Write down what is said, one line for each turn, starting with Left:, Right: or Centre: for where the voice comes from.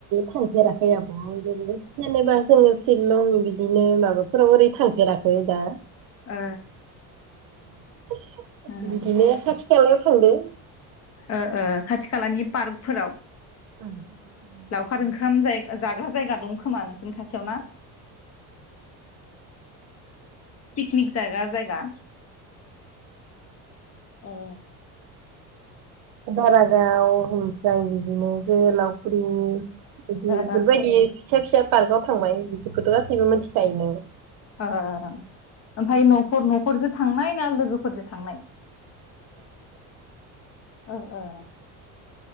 Right: थांफेराखै आब'हाव नो जेनेबा जोंङो शिलं बिदिनो माबाफोराव ओरै थांफेराखै दा।
Left: ओ
Right: <inaudible>
Left: ओम
Right: बिदिनो खाथि खालायाव थांदों।
Left: ओ ओ खाथि खालानि पार्कफोराव।
Right: <inaudible>
Left: लावखार ओंखाम जाय जाग्रा जायगा दं खोमा
Right: <inaudible>
Left: नोंसोरनि खाथियाव ना पिकनिक जाग्रा जायगा ए ओ
Right: दारागाव‌ ओमफ्राय बिदिनो जोहोलावफुरि इदि
Left: ओ
Right: इफोरबायदि फिसा फिसा पार्काव थांबाय बेफोरखौथ' गासैबो मिथिखायो नो
Left: <unintelligible> ओफाय नख न'खरजों थांनाय ना लोगोफोरजों थांनाय?
Right: <inaudible> <inaudible>
Left: ओ ओ